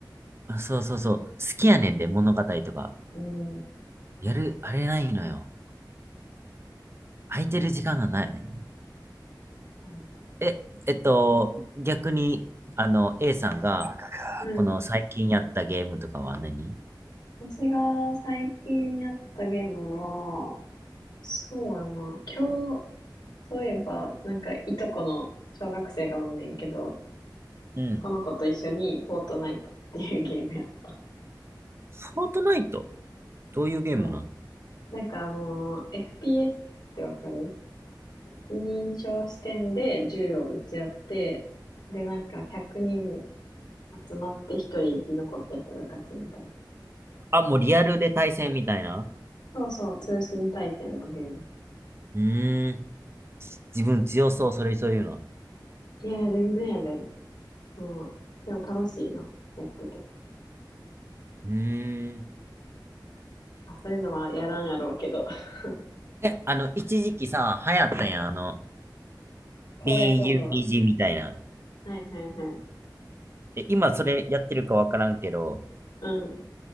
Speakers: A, on the right; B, on the left.
A: あそうそうそう。好きやねんで、物語とか。
B: うん。
A: やる、あれないのよ。空いてる時間がない。
B: <laughs>
A: え、えっと、逆に、あの、A さんが、
B: うん。
A: この最近やったゲームとかは何
B: 私が最近やったゲームは、そうやな。今日、そういえば、なんか、いとこの小学生がおんねんけど、
A: うん。
B: その子と一緒にフォートナイトっていうゲームやっ
A: フォートナイトどういうゲームなん
B: そう。なんかあのー FPS ってわかる一人称視点で銃を撃ち合って、で、なんか100人集まって一人生き残った人が勝ちみたいな。
A: あ、もうリアルで対戦みたいな
B: そうそう、通信対戦のゲーム。
A: うーん。自分強そう、それそういうの。
B: いや、全然やで。もう、でも楽しいな、やってて。
A: うーん。
B: まあ、そういうのはやらんやろうけど。<laughs>
A: え、あの、一時期さ、流行ったやん、あの、
B: 荒野行動
A: BUPG みたいな。
B: はいはいはい。
A: え、今それやってるかわからんけど、
B: うん。